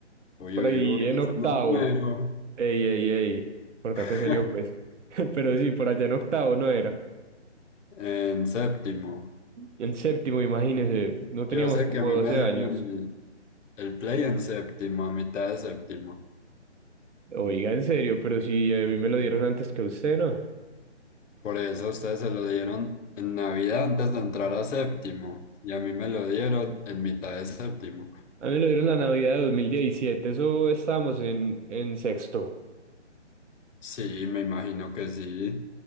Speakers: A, on the left; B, on the right.
A: Uy,
B: Por
A: uy,
B: ahí
A: uy,
B: en
A: ese
B: octavo.
A: número.
B: Ey, ey, ey. Portate
A: <laughs>
B: serio, pues. <laughs> Pero sí, por allá en octavo no era.
A: En séptimo.
B: En séptimo, imagínese, no teníamos
A: Yo sé
B: como
A: que a mí
B: 12
A: me dieron
B: años.
A: el, el play en séptimo, a mitad de séptimo.
B: Oiga, en serio, pero si a mí me lo dieron antes que a usted, ¿no?
A: Por eso a ustedes se lo dieron en Navidad antes de entrar a séptimo. Y a mí me lo dieron en mitad de séptimo.
B: A mí me lo dieron la Navidad de 2017, eso estábamos en, en sexto.
A: Sí, me imagino que sí.